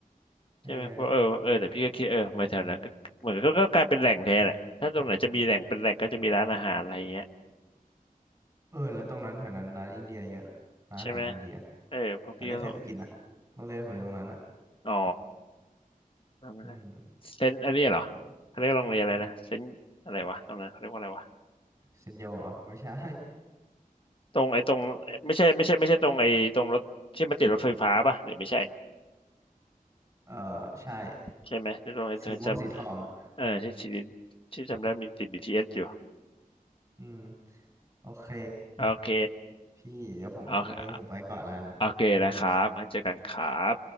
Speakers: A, on the right (about 20°); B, on the left (about 35°).
A: เออ
B: ใช่ไหมเพราะเออเออแต่พี่ก็คิดเออมาแถวนั้นก็เหมือนก็ก็กลายเป็นแหล่งแทนอ่ะถ้าตรงไหนจะมีแหล่งเป็นแหล่งก็จะมีร้านอาหารอะไรเงี้ย
A: เออแล้วตรงนั้นแถวนั้นร้านอินเดียเยอะร้านอาหารอินเดีย
B: ใช่ไหมเออเพราะพี่ก็บอก
A: แต่ไม่เคยไปกินนะโรงเรียนผมอยู่ตรงนั้นอะ
B: อ๋อจำไม่ได้
A: อืม
B: เซนอันนี้เหรอเขาเรียกโรงเรียนอะไรนะเซนอะไรวะตรงนั้นเขาเรียกว่าอะไรวะ
A: เซนโยอ่ะไม่ใช่
B: ตรงไอ้ตรงไม่ใช่ไม่ใช่ไม่ใช่ตรงไอ้ตรงรถที่มันติดรถไฟฟ้าป่ะหรือไม่ใช่
A: เออใช่
B: ใช่ไหมหรือตรงไอ้เธอจำเออที่สิริ
A: สีม่วงสีทองอ่ะ
B: ที่จำได้มีติด BTS อสอยู่
A: อืมโอเค
B: โอเค
A: พี่เดี๋ยวผมวันนี้ผมไปก่อนละกัน
B: โอเคโอเคนะครับมาเจอกันครับ